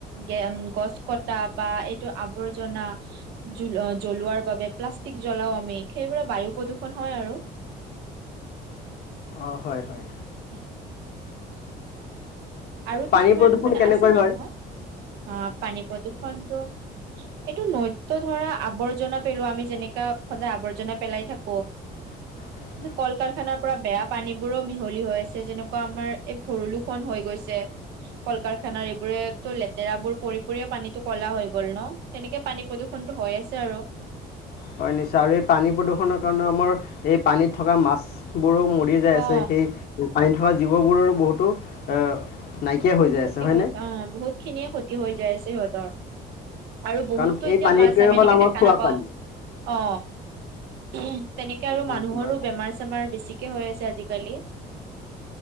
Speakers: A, on the right (about 85°); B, on the left (about 65°).
A: গে গছ কট টা বা এইটো আৱৰ্জনা। জোল অ' জ্বলোৱাৰ বাবে প্লাষ্টিক জ্বলাও আমি সেইবোৰে বায়ু প্ৰদূষণ হয় আৰু।
B: অ', হয় হয়।
A: <inaudible> আৰু
B: পানী
A: কিছুমান
B: প্ৰদূষণ
A: মানে
B: কেনেকৈ
A: আছে নেকি
B: হয়
A: অ' অ' পানী প্ৰদূষণটো এইটো নৃতয় ধৰা আৱৰ্জনা পেলো আমি যেনেকা সদায় আৱৰ্জনা পেলাই থাকো।
B: <inaudible>
A: কল কাৰখানাৰ পৰা বেয়া পানী বোৰো মিহলি হৈ আছে যেনেকুৱা আমাৰ এই ভৰুলো খন হৈ গৈছে। যে', কল কাৰখানাৰ এইবোৰেতো লেতেৰাবোৰ পৰি পৰিও পানীতো কলা হৈ গ'ল ন সেনেকে পানী প্ৰদূষণ। হৈ আছে আৰু।
B: হয় নিশ্চয় আৰু এই পানী প্ৰদূষণৰ কাৰণে আমাৰ এই পানীত থকা মাছবোৰো মৰিলে। বি যায় আছে
A: অ
B: সেই পানী থকা জীৱবোৰৰো বহুতো। আহ নাইকিয়া
A: বহুত
B: হৈ যাই
A: ক্ষতি
B: আছে হয়
A: হৈছে
B: নে।
A: অ বহুত খিনিয়ে ক্ষতি হৈ যায় আছে সিহঁতৰ। আৰু বহুতো
B: কাৰণ
A: এতিয়া
B: এই পানীটোৱে
A: মাছ আমি
B: হ'ল
A: এনেকে
B: আমাৰ
A: দেখা
B: খোৱা
A: নাপাওঁ
B: পানী
A: অ। তেনেকে আৰু
B: বহুত
A: মানুহৰো
B: মাছ
A: বেমাৰ চেমাৰ বেছিকে হৈ আছে আজিকালি।